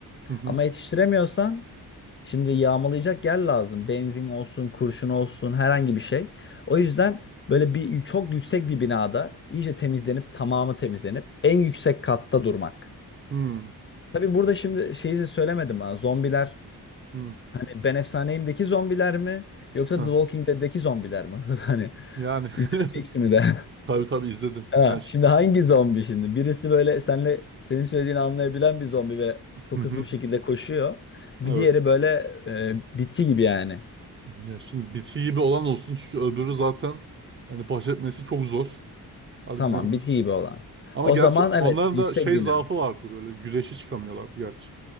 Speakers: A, on the right (about 30°); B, on the left (about 30°).
A: hı hı
B: Ama yetiştiremiyorsan Şimdi yağmalayacak yer lazım. Benzin olsun, kurşun olsun, herhangi bir şey. O yüzden böyle bir çok yüksek bir binada iyice temizlenip tamamı temizlenip en yüksek katta durmak.
A: hı hı.
B: Tabii burada şimdi şeyi de söylemedim ha. Zombiler
A: hı.
B: hani Ben Efsaneyim'deki zombiler mi yoksa
A: Ha,
B: The Walking Dead'deki zombiler mi? <laughs> Hani
A: Yani
B: izledin mi ikisini de? <laughs>
A: <laughs> tabii tabii izledim.
B: Ha,
A: Yani ş-
B: şimdi hangi zombi şimdi? Birisi böyle senle senin söylediğini anlayabilen bir zombi ve çok
A: hı hı,
B: hızlı bir şekilde koşuyor. Bir
A: evet.
B: diğeri böyle e, bitki gibi yani.
A: Ya şimdi bitki gibi olan olsun çünkü öbürü zaten yani baş etmesi çok zor. Harbiden
B: Tamam,
A: bu.
B: bitki gibi olan.
A: Ama
B: O
A: gerçi
B: zaman evet,
A: onların
B: yüksek
A: da şey
B: bina.
A: zaafı vardı böyle güreşe çıkamıyorlardı gerçi.